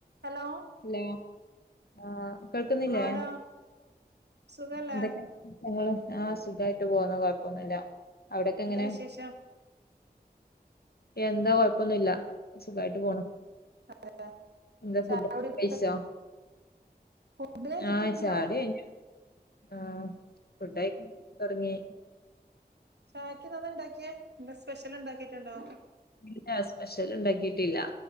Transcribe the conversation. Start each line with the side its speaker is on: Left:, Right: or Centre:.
Right: ഹലോ
Left: ഹലോ ആ കേൾക്കുന്നില്ലേ
Right: ആടാ സുഖല്ലേ
Left: എന്തൊക്കെ ഞങ്ങളും ആ സുഖായിട്ട് പോകുന്നു കൊഴപ്പൊന്നുല്ല അവിടൊക്കെ എങ്ങനെ
Right: എന്താ വിശേഷം
Left: എന്താ കൊഴപ്പൊന്നുല്ല സുഖായിട്ട് പോണു
Right: അതെ
Left: എന്താ
Right: ചായ
Left: ഫുഡ്
Right: കുടിയൊക്കെ
Left: കഴിച്ചോ
Right: ഫുഡ് കഴിച്ചിട്ടില്ല
Left: ആ ചായ കുടി കഴിഞ്ഞു ആ ഫുഡ് കഴിക്കാൻ തൊടങ്ങി
Right: ചായക്കിന്നെന്താ ഇണ്ടാക്കിയെ എന്താ സ്പെഷ്യൽ ഇണ്ടാക്കിട്ട്ണ്ടോ
Left: ഇല്ല സ്പെഷ്യൽ ഇണ്ടാക്കിയിട്ടില്ല